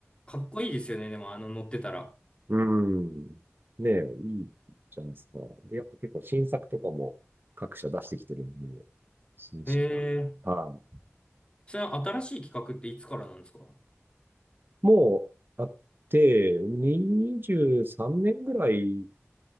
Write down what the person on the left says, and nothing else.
かっこいいですよね、でもあの乗ってたら。
へえ。
それは新しい企画っていつからなんですか